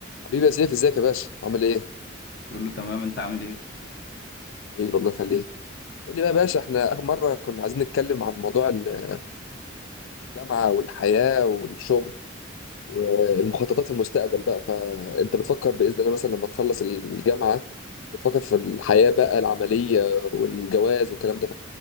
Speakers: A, on the left; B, on the left.
A: حبيبي يا سيف ازيك يا باشا عامل ايه
B: بقول له تمام انت عامل ايه
A: حبيبي الله يخليك قول لي بقى يا باشا احنا اخر مره كنا عايزين نتكلم عن موضوع ال- الجامعه والحياه والشغل والمخططات المستقبل بقى فانت بتفكر باذن الله مثلا لما تخلص الجامعه بتفكر في الحياه بقى العمليه والجواز والكلام ده